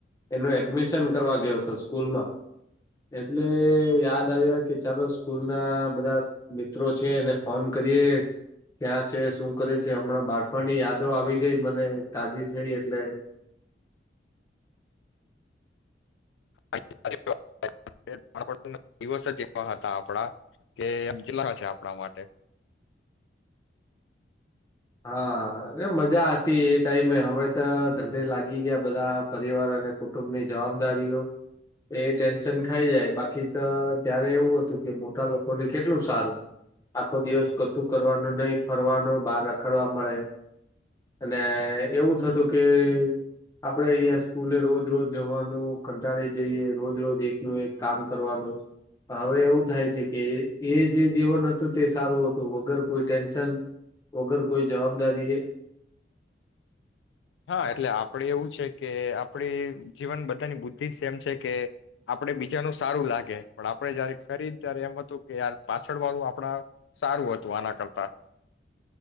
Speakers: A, on the left (about 20°); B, on the left (about 80°).
A: એનો એડમિશન કરવા ગયો હતો સ્કૂલમાં એટલે યાદ આવ્યા કે ચાલો સ્કૂલ ના બધા મિત્રો છે એને ફોન કરીએ. ક્યાં છે શું કરે છે? હમણાં બાળપણની યાદો આવી ગઈ મને તાજી થઈ એટલે.
B: <inaudible> એ આ લોકો <inaudible> દિવસ જ એ <inaudible> તા આપડા કે એમ કેટલા છે આપણા માટે?
A: હા મજા હતી એ ટાઈમે. હમે તો ધંધે લાગી ગયા બધા પરિવાર અને કુટુંબની જવાબદારીઓ એ ટેન્શન ખાઈ જાય બાકી તો ત્યારે એવું હતું કે મોટા લોકોને કેટલું સારું આખો દિવસ કશું કરવાનું નહિ. ફરવાનું બાર કરવા મળે અને એવું થતું કે આપડે અહિયા સ્કૂલે રોજ રોજ જવાનું કંટાળી જઈએ. રોજ રોજ એકનું એક કામ કરવાનું પણ હવે એવું થાય છે કે એ જે જીવન હતું તે સારું હતું વગર કોઈ ટેન્શન, વગર કોઈ જવાબદારી એ.
B: હા એટલે આપડે એવું છે કે આપડે જીવન બ તાની બુદ્ધિ સેમ છે કે આપડે બીજાનું સારું લાગે પણ આપડે જયારે કરીએ ત્યારે એમ હતું કે યાર પાછળ વાળું આપણા સારું હતું આના કરતા